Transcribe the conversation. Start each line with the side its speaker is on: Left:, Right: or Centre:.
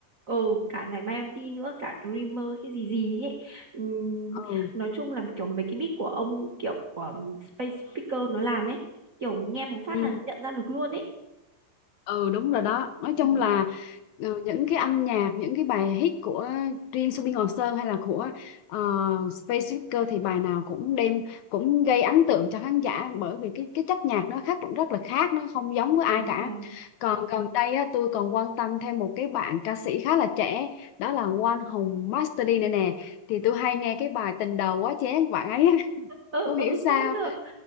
Right: ừ cả ngày mai em đi nữa cả Dreamer cái gì gì ấy Ừm,
Left: ừ
Right: nói chung là kiểu mấy cái beat của ông kiểu của ừm, Space Speaker nó làm ấy kiểu nghe một phát
Left: ừ
Right: là nhận ra được luôn ấy
Left: ừ đúng rồi đó nói
Right: ừ
Left: chung là ờ, những cái âm nhạc những cái bài hit của riêng Subin Ngọc Sơn hay là của uh, Space Speaker thì bài nào cũng đem cũng gây ấn tượng cho khán giả bởi vì cái cái chất nhạc nó khác rất là khác nó không giống với ai
Right: đúng
Left: cả
Right: rồi
Left: còn gần đây á, tôi còn quan tâm thêm một cái bạn ca sĩ khá là trẻ đó là Quang Hùng Master D này nè thì tôi hay nghe cái bài tình đầu quá chén của bạn ấy <laughs>
Right: ừ
Left: không
Right: ừ
Left: hiểu sao
Right: cũng được